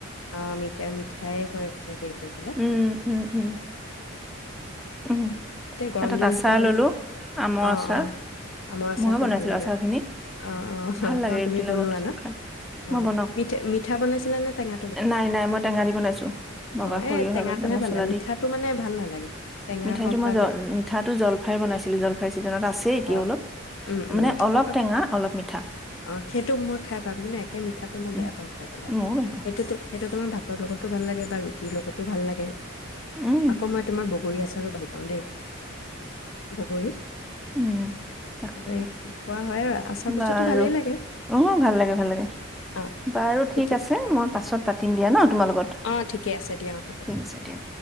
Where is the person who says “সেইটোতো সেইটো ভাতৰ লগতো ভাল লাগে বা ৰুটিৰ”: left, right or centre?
Left